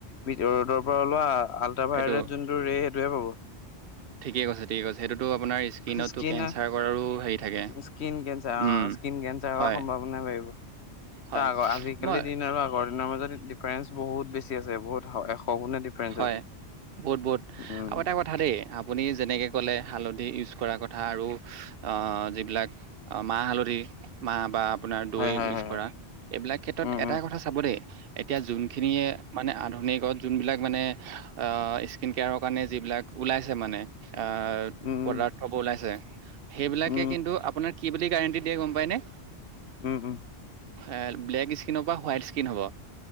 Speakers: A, on the left; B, on the right.
A: ভিডি ৰ'দৰ পৰা ওলোৱা আল্ট্ৰা ভাইৰেট
B: এইটো
A: যোনটো ৰে' সেইটোহে পাব।
B: ঠিকে কৈছে ঠিকে কৈছে। সেটোটো আপোনাৰ স্কিনতো
A: স্কিনা
B: কেঞ্চাৰ কৰাৰো হেৰি থাকে
A: স্কিন কেঞ্চাৰ অ,
B: উম
A: স্কিন কেঞ্চাৰ
B: হয়
A: হোৱাৰ সম্ভাৱনা বাঢ়িব। ত'
B: হয়
A: আগ আজিকালি
B: মই
A: দিন আৰু আগৰ দিনৰ মাজত ডিফাৰেঞ্চ বহুত বেছি আছে, বহুত হ এশ গুণে ডিফাৰেঞ্চ
B: হয়
A: আছে।
B: বহুত বহুত
A: উম।
B: আৰু এটা কথা দেই। আপুনি যেনেকে ক'লে হালধি ইউজ <unintelligible> কথা আৰু আ' যিবিলাক আ মাহ হালধি, মাহ বা আপোনাৰ দৈ
A: হয় হয়
B: ইউজ
A: হয়
B: কৰা।
A: হয়।
B: এইবিলাক ক্ষেত্ৰত
A: উম
B: এটাই
A: উম
B: কথা চাব দেই এতিয়া যোনখিনিয়ে মানে আন ধুনিকত যোনবিলাক মানে অ' স্কিন কেয়াৰ কাৰণে যিবিলাক ওলাইছে মানে আ'
A: উম
B: পদাৰ্থ বোৰ ওলাইছে। সেইবিলাকে
A: উম
B: কিন্তু আপোনাৰ কি বুলি গাৰেণ্টি দিয়ে গম পাই নে?
A: উ উ।
B: এ, ব্লেক স্কিন পা হোৱাইট স্কিন হ'ব